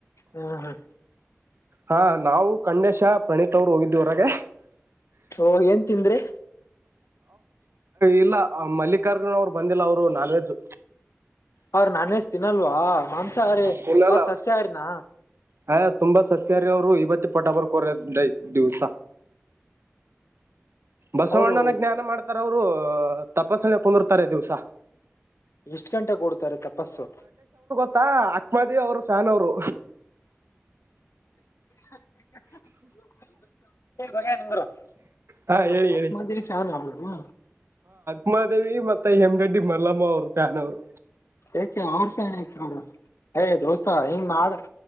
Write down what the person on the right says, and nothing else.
ಹಾ ನಾವು. ಖಂಡೇಶ ಪ್ರಣೀತ್ ಅವ್ರು ಹೋಗಿದ್ವಿ ಹೊರಗೆ.
ಇಲ್ಲ ಮಲ್ಲಿಕಾರ್ಜುನ್ ಅವರು ಬಂದಿಲ್ಲ ಅವ್ರು ನಾನ್ ವೆಜ್.
ತಿನ್ನಲ್ಲ
ಹ ತುಂಬಾ ಸಸ್ಯಾರ ಅವರು ಇವತ್ತ ಪಟ ಬರ್ಕೋರ ದಿವ್ಸ. ಬಸವಣ್ಣನ
ಜ್ಞಾನ ಮಾಡ್ತಾರ ಅವ್ರು ತಪಸ್ಸನ ಕುಂದಿರ್ತಾರೆ ದಿವ್ಸ.
ಮತ್ತಾ ಅಕ್ಮದಿ ಅವರು ಫ್ಯಾನ್ ಅವರು.
ಹಾ
ಹೇಳಿ
ಹೇಳಿ
ಉಮಾದೇವಿ ಮತ್ತೆ ಹೆಮರೆಡ್ಡಿ ಮಲ್ಲಮ್ಮ ಅವರು ಫ್ಯಾನ್ ಅವರು